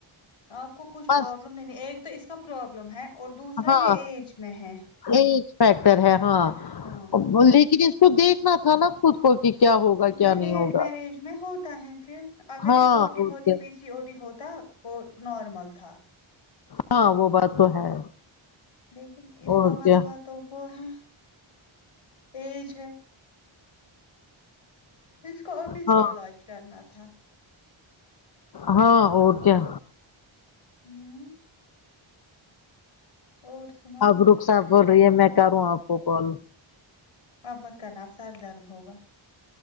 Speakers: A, on the left; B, on the left.
A: آپ کو کچھ
B: بس
A: پرابلم نہیں ایک تو اس کا پرابلم ہے اور دوسرا
B: ہاں
A: یہ ایج میں ہے
B: ایج فیکٹر ہے ہاں
A: ہاں
B: لیکن اس کو دیکھنا تھا نا خود کو کہ کیا ہوگا کیا
A: یہ
B: نہیں
A: لیٹ
B: ہوگا
A: میرج میں ہوتا ہے پھر اگر
B: ہاں
A: یہ چھوٹی
B: اور
A: ہوتی
B: کیا
A: پی سی او ڈی ہوتا وہ نارمل تھا
B: ہاں وہ بات تو ہے
A: لیکن اس
B: اور
A: کا مسئلہ
B: کیا
A: تو وہ ہے ایج ہے اس کو ابھی
B: ہاں
A: سے علاج کرنا تھا
B: ہاں اور کیا
A: ہوں اور سناؤ
B: اب رخسار بول رہی ہے میں کروں آپ کو کال
A: اب مت کرنا اب سر درد ہوگا